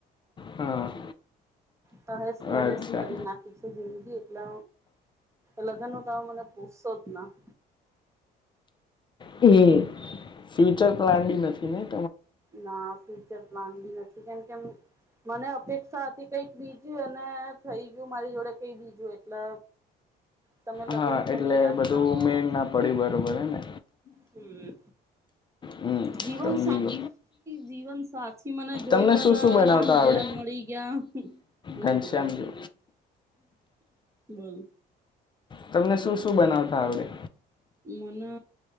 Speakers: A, on the left; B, on the right.
A: હા
B: તહેસ નહેસ
A: અચ્છા
B: કરી નાખી. જિંદગી એટલે લગ્ન તો મને પૂછશો જ ના હ.
A: એ ફ્યુચર પ્લાન બી નથીને?
B: ના ફ્યુચર પ્લાન બી નથી કેમ કે મને અપેક્ષા હતી કંઈક બીજી અને થઈ ગયું મારી જોડે કઈ બીજું એટલે તમે લગ્ન
A: હા
B: નું
A: એટલે
B: મને યાદ
A: બધું
B: ના પાડો
A: મેન ના પડ્યું બરોબર હેને.
B: હમ
A: હમ્મ
B: જીવન
A: સમજી ગયો.
B: જીવન સાથી મને જોઈતા
A: તમને શું
B: તા
A: શું બનાવતા
B: રામ જેવા
A: આવડે
B: ને મળી ગયા <inaudible>
A: ઘનશ્યામ
B: જેવાં.
A: જો
B: બોલો?
A: તમને શું શું? શું બનાવતા આવડે?
B: મને